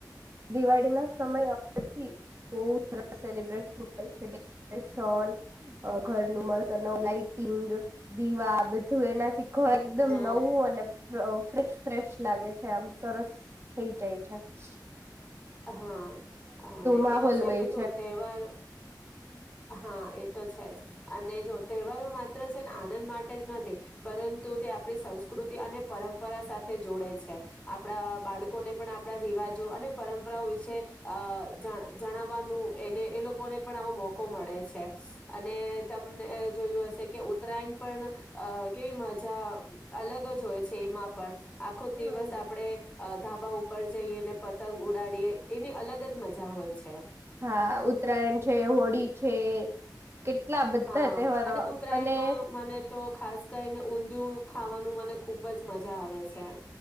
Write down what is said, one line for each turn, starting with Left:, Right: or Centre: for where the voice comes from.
Right: દિવાળી ના સમયથી બહુ સરસ સેલિબ્ર સુપ ડેકોરેશન અ ઘરનું મસ્ લાાઈટિંગ દીવા બધું એનાથી એકદમ
Left: હા
Right: નવું અને જોઓ ફ્રેશ ફ્રેશ લાગે છે આમ સરસ થઈ જાય છે શીઈ
Left: અહા અને
Right: માહોલ
Left: એવું છે
Right: હોય
Left: કે જો તહેવાર હા એ તો છે જ અને જો તહેવારો માત્ર છે ને આનંદ માટે તેજ નથી પરંતુ તો આપણી સંસ્કૃતિ અને પરંપ પરા સાથે જોડે છે આપણા આ બાળકોને પણ આપણા રિવાજો અને પરંપરાઓ વિશે અ જણ જણાવવાનું એને એ લોકોને પણ આવો મોકો મળે છે અને તમનેએ જોયું હશે કે ઉત્તરાયણ પણ અ કેવી મજા અ અલગ જ હોય છે એમાં પણ આખો દિવસ
Right: હમ.
Left: આપડણે અ ધાબા ઉપર જઈએને તંલ ગુડ ગાડીએ એની અલગ જ મજા મજા હોય છે
Right: હા ઉત્તરાયણ છે હોળી છે કેટલા બધા
Left: હા
Right: તહેવારો
Left: અને ઉત્તરાયણમાં
Right: અને
Left: મને તો ખાસ કરીને ઊંધિયું ખાવાનું મને ખુબ જ મજા આવે છે